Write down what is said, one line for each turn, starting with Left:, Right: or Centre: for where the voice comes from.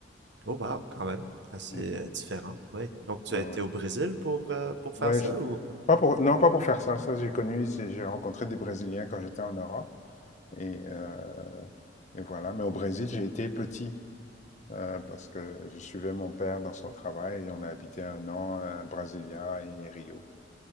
Right: Oh, wow, quand même. Assez
Left: Mm, mm.
Right: euh, différent, ouais. Donc, tu
Left: Ouais,
Right: as été
Left: ouais.
Right: au Brésil pour, euh, pour faire
Left: Ouais,
Right: ça
Left: j'ai-
Right: ou pas?
Left: pas pour, non, pas pour faire ça. Ça, j'ai connu, c'est- j'ai rencontré des Brésiliens quand j'étais en Europe, et, euh, et voilà. Mais au Brésil, j'ai été petit, euh, parce que je suivais mon père dans son travail, et on a habité un an à Brasilia et Rio.